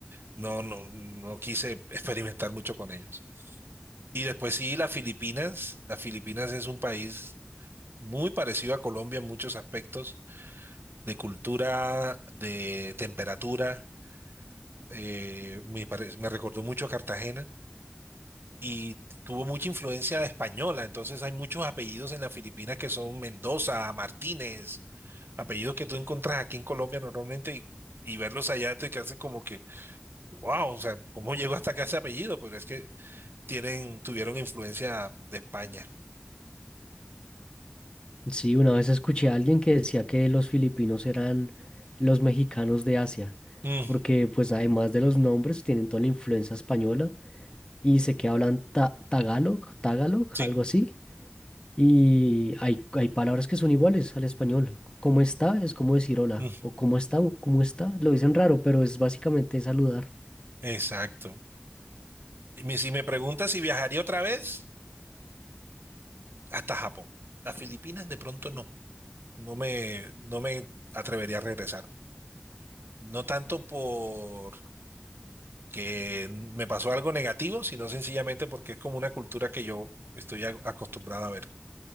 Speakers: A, on the right; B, on the left.
A: no, no, no quise experimentar mucho con ellos. Y después sí, las Filipinas. Las Filipinas es un país muy parecido a Colombia en muchos aspectos, de cultura, de temperatura. eh, me, pare- me recordó mucho a Cartagena. y tuvo mucha influencia española, entonces hay muchos apellidos en las Filipinas que son Mendoza, Martínez, apellidos que tú encuentras aquí en Colombia normalmente y, y verlos allá te hace como que, wow, o sea, ¿cómo <laughs> llegó hasta acá ese apellido? Pero es que tienen, tuvieron influencia de España.
B: Sí, una vez escuché a alguien que decía que los filipinos eran los mexicanos de Asia,
A: Mm,
B: porque pues además de los nombres tienen toda la influencia española y sé que hablan ta- tagalog, tagalog,
A: sí,
B: algo así, y hay, hay palabras que son iguales al español. ¿Cómo está? Es como decir hola,
A: mm,
B: o cómo está, cómo está, lo dicen raro, pero es básicamente saludar.
A: exacto. Y me- si me preguntas si viajaría otra vez, hasta Japón. Las Filipinas de pronto no, no me, no me atrevería a regresar. No tanto por que me pasó algo negativo, sino sencillamente porque es como una cultura que yo estoy a- acostumbrado a ver.